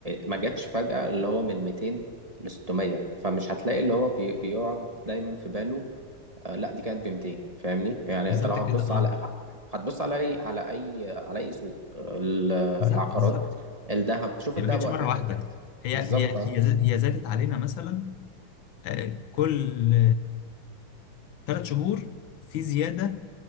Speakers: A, on the right; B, on the left.
A: ما جاتش فجأة اللي هو من 200 ل 600 فمش هتلاقي اللي هو بي بيقعد دايما في باله آه، لا دي كانت ب 200 فاهمني يعني
B: بالظبط
A: انت لو هتبص
B: كده اه
A: على هتبص على اي على اي على اي سوق آه، ال-
B: بالظبط
A: العقارات
B: بالظبط
A: الذهب شوف
B: هي
A: الذهب
B: ما جاتش
A: وقتها
B: مره
A: كان
B: واحده
A: كام
B: هي
A: بالظبط
B: هي
A: اه
B: هي ز- هي زادت علينا مثلا آه، كل ثلاث شهور في زياده